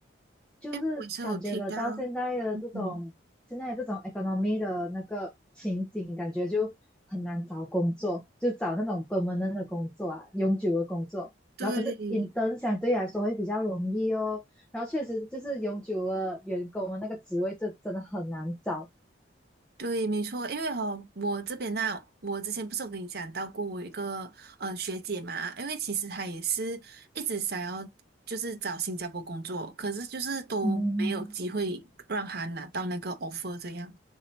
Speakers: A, in the centre; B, on the right.
A: 就是感觉得到现在的这种现在这种
B: 哎，我也是有提到，嗯，
A: economy 的那个情景，感觉就很难找工作，就找那种 permanent 的工作啊，永久的工作。
B: 对
A: 然后可是 intern 相对来说会比较容易哦。然后确实就是永久的员工的那个职位，就真的很难找。
B: 对，没错，因为哦，我这边呢、我之前不是有跟你讲到过，我有一个嗯学姐嘛，因为其实她也是一直想要就是找新加坡工作，可是就是都没有机会让她拿到那个
A: 嗯，
B: offer 这样，